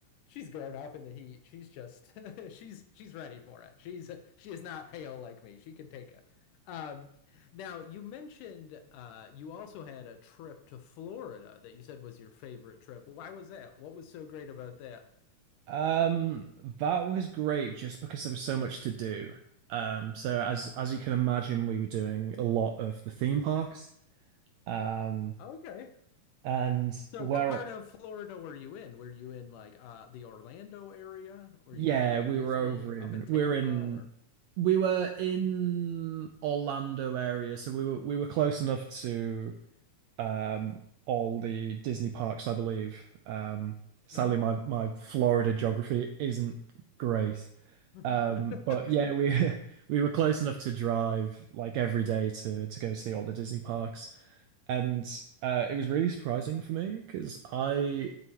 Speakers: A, on the left (about 80°); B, on the right (about 80°).
A: she's grown up in the heat. She's just <laughs> she's she's ready for it. She's she is not pale like me. She can take it. Um, now you mentioned uh you also had a trip to Florida that you said was your favorite trip. Well, Why was that? What was so great about that?
B: Um, that was great just because there was so much to do. Um, so as
A: Hmm.
B: as you can imagine, we were doing a lot of the theme parks. Um,
A: Okay.
B: and
A: So
B: where
A: what part of Florida were you in? Were you in like uh the Orlando area? Were
B: yeah,
A: you going to like
B: we
A: Disney
B: were over
A: up
B: in
A: in Tampa
B: we were in
A: or?
B: we were in Orlando area, so we were we were close enough to um all the Disney parks, I believe. Um, sadly
A: Mm-hmm.
B: my my Florida geography isn't great.
A: <laughs>
B: Um, but yeah, we <laughs> we were close enough to drive like every day to to go see all the Disney parks, and uh, it was really surprising for me because I